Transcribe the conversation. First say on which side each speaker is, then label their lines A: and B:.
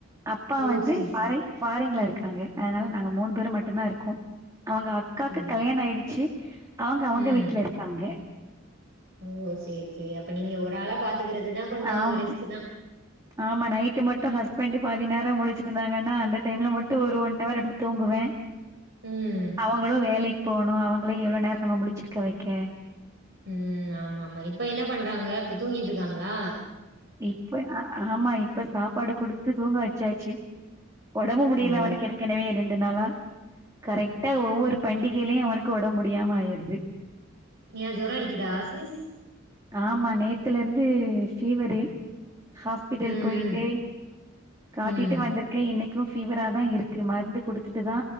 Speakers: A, on the right; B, on the right.
A: அப்பா
B: ஓ
A: வந்து
B: சேரி
A: ஃபாரி
B: சேரி
A: ஃபாரின்ல இருக் க்காங்க அதனால நாங்க மூணு பேரு மட்டுந்தா இருக்கோ அவ்ங்க அக்காவ்க்கு
B: ம்
A: கல்யாண ஆயிடுச்சு அவ்ங்க அவ்ங்க
B: ம்
A: வீட் உண்ம
B: ஓ சேரி சேரி அப்ப நீங்க ஒராளா பாத்துக்குறதுனா கொஞ்சோ
A: ஆம்
B: ரிஸ்க்கு தா
A: ஆமா நைட்டு மட்டு ஹஸ்பண்டு பாதி நேர முழிச்சிக்ருந்தாங்கனா அந்த டைம்ல மட்டு ஒரு ஒன்னவர் அப்டி தூங்குவே
B: ம்
A: அவ்ங்களு வேலைக் போணு அவுங்களயு எவ்ள நேர நம்ம முழிச்சிருக்க வக்கெ
B: ம் ஆமாம்மா இப்ப என்ன பண்றாங்க இப்ப தூங்கிட்ருக்காங்ளா
A: இப்ப ஆ ஆமா இப் ப்ப சாப்பாடு குடுத்து தூங்க வச்சாச்சு ஒடம்பு முடியல
B: ஓ
A: அவனுக்கு ஏற்கனவே இருந் நாளா கரெக்ட்டா ஒவ்வொரு பண்டிகைலயு அவனுக்கு ஒடம்பு முடியாம ஆயிருது
B: ஏ ஜொர அடிக்குதா சிஸ்
A: ஆமா நேத்துல இருந்து ஃபீவரு ஹாஸ்பிட்டல்
B: ம்
A: போயிட்டு
B: ம்
A: காட்டிட்டு
B: ம்
A: வந்திருக்கே இன்னைக் கு ஃபீவரா தா இருக்கு மருந்து குடுத்துட்டுதா